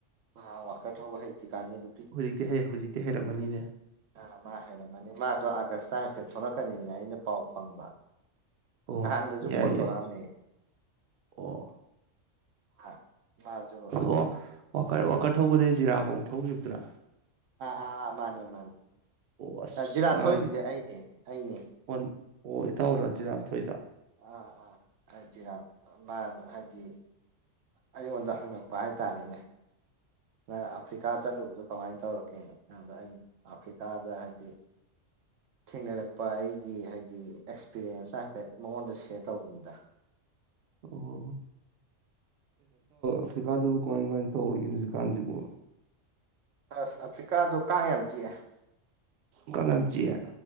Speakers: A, on the right; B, on the right.
A: ꯃꯥ ꯋꯥꯀ ꯊꯧꯕ ꯍꯩꯇ꯭ꯔꯤꯀꯥꯟꯗꯩ ꯅꯨ
B: ꯍꯨꯖꯤꯛꯇꯤ ꯍꯩ ꯍꯨꯖꯤꯛꯇꯤ ꯍꯩꯔꯝꯃꯅꯤꯅꯦ
A: ꯑꯥ ꯃꯥ ꯍꯥꯏꯔꯝꯃꯅꯤ ꯃꯥꯗꯣ ꯑꯥꯒꯁ ꯆ ꯍꯥꯏꯐꯦꯠ ꯊꯣꯛꯂꯛꯀꯅꯤꯗꯅ ꯑꯩꯅ ꯄꯥꯎ ꯐꯪꯕ
B: ꯑꯣ
A: ꯅꯍꯥꯟꯗꯁꯨ
B: ꯌꯥꯏ
A: ꯐꯣꯟ
B: ꯌꯥꯏ
A: ꯇꯧꯔꯛꯑꯝꯃꯦ
B: ꯑꯣ
A: ꯃꯥ ꯃꯥꯖꯨ
B: ꯑꯣ ꯋꯥꯀꯔ ꯋꯥꯀꯔ ꯊꯧꯕꯗꯒꯤ ꯖꯤꯔꯥꯐꯧ ꯊꯧꯒꯤꯕꯗꯨꯔꯥ
A: ꯑꯥ ꯑꯥ ꯑꯥ ꯃꯥꯅꯦ ꯃꯥꯅꯦ
B: ꯑꯣ ꯑꯁ
A: ꯖꯤꯔꯥꯞ
B: ꯃꯥꯏ
A: ꯊꯧꯔꯤꯗꯨꯗꯤ ꯑꯩꯅꯦ ꯑꯩꯅꯦ
B: ꯋꯥꯟ ꯑꯣ ꯏꯇꯥꯎꯔ ꯖꯤꯔꯥꯞ ꯊꯣꯏꯗꯣ
A: ꯑꯥ ꯑꯥ ꯍꯥ ꯖꯤꯔꯥꯞ ꯃꯥꯟ ꯍꯥꯏꯗꯤ ꯑꯩꯉꯣꯟꯗ ꯍꯪꯉꯛꯄ ꯍꯥꯏꯇꯥꯔꯦꯅꯦ ꯅꯪ ꯑꯐ꯭ꯔꯤꯀꯥ ꯆꯠꯂꯨꯕꯗꯣ ꯀꯃꯥꯏꯅ ꯇꯧꯔꯛꯀꯦꯅꯥ ꯑꯗ ꯑꯩꯅ ꯑꯐ꯭ꯔꯤꯀꯥꯗ ꯍꯥꯏꯗꯤ ꯊꯦꯡꯅꯔꯛꯄ ꯑꯩꯒꯤ ꯍꯥꯏꯗꯤ ꯑꯦꯛꯁꯄꯤꯔꯤꯌꯦꯟꯁꯇ ꯍꯥꯏꯐꯦꯠ ꯃꯉꯣꯟꯗ ꯁꯦꯌꯔ ꯇꯧꯕꯅꯤꯗ
B: ꯑꯣ <unintelligible> ꯑꯐ꯭ꯔꯤꯀꯥꯗꯨꯕꯨ ꯀꯃꯥꯏ ꯀꯃꯥꯏ ꯇꯧꯔꯤꯒꯦ ꯍꯧꯖꯤꯛꯀꯥꯟꯖꯤꯕꫭ
A: ꯑꯁ ꯑꯐ꯭ꯔꯤꯀꯥꯗꯣ ꯀꯥꯡ ꯌꯥꯝ ꯆꯤꯛꯑꯦ
B: ꯀꯥꯡ ꯌꯥꯝ ꯆꯤꯛꯑꯦ